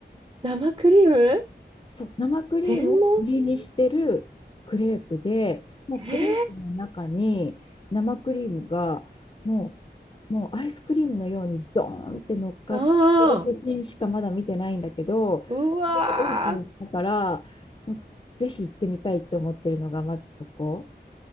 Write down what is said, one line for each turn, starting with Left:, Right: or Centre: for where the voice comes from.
Right: 生クリーム
Left: そう、生クリームを売りにしてるクレープで、
Right: 専門
Left: もうクレープの中に生クリームがも
Right: え
Left: う、もうアイスクリームのようにドーンって乗っかってる写真しかまだ見てないんだけど、
Right: ー、あーうわー、
Left: それがオープンしたから、もうぜひ行ってみたいって思ってるのがまずそこ。